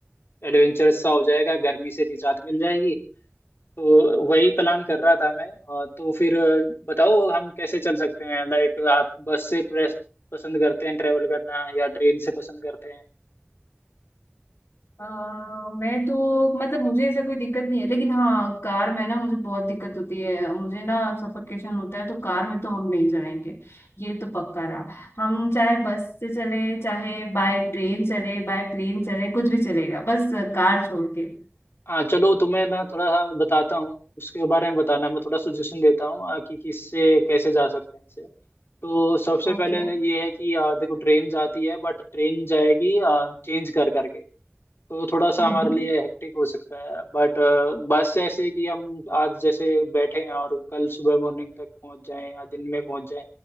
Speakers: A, on the left; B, on the left.
A: एडवेंचर सा हो जाएगा गर्मी से निजात मिल जाएगी तो वही प्लान कर रहा था मैं अ, तो फिर अ, बताओ हम कैसे चल सकते हैं लाइक आप बस से प्रेस पसंद करते हैं ट्रेवल करना या ट्रेन से पसंद करते हैं
B: अ, मैं तो मतलब मुझे ऐसा कोई दिक्कत नहीं है लेकिन हाँ कार में ना मुझे बहुत दिक्कत होती है मुझे ना सफोकेशन होता है तो कार में तो हम नहीं चलेंगे ये तो पक्का रहा हम चाहे बस से चले चाहे बाय ट्रेन चले बाय प्लेन चले कुछ भी चलेगा बस कार छोड़ के
A: हाँ चलो तुम्हें ना थोड़ा सा बताता हूँ उसके बारे में बताना मैं थोड़ा सजेशन देता हूँ आ, कि किससे कैसे जा सकते हैं इसे तो सबसे
B: ओके
A: पहले ये है कि आ, देखो ट्रेन जाती है बट ट्रेन जाएगी आ, चेंज कर करके तो थोड़ा सा
B: हम्म
A: हमारे लिए हेक्टिक हो सकता है बट आ, बस जैसे कि हम आज जैसे बैठे हैं और कल सुबह मॉर्निंग तक पहुंच जाएं या दिन में पहुंच जाएं